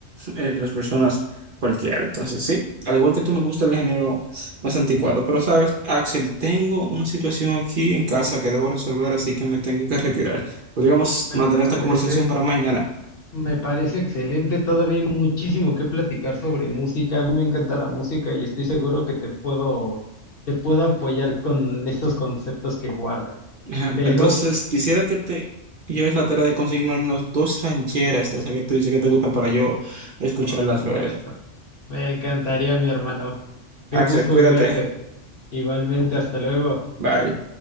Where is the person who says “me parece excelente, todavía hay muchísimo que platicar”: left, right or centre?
Left